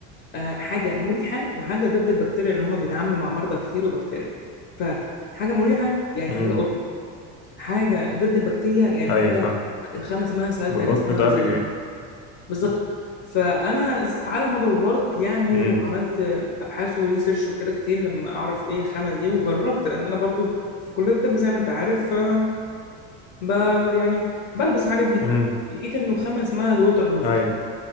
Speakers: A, on the left; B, on the left.
A: آه، حاجه مريحه وحاجه ضد البكتيريا اللي هم بيتعاملوا مع مرضى كتير وبكتيريا فحاجه مريحه يعني
B: امم
A: حاجه قطن حاجه ضد البكتيريا يعني
B: أيوة
A: حاجه
B: فاهم
A: الخامه اسمها سالت
B: والقطن
A: عليها اسمها
B: ده
A: روزالين
B: بي...
A: بالظبط فانا س- على ما دورت يعني
B: امم
A: وعملت ابحاث وريسيرش وكده كتير لما اعرف ايه الخامه دي وجربت لان انا برضو في كليه الطب زي ما انت عارف آه، ب ب- يعني بلبس الحاجات دي
B: امم
A: لقيت انه خامه اسمها الووتر بروف
B: اي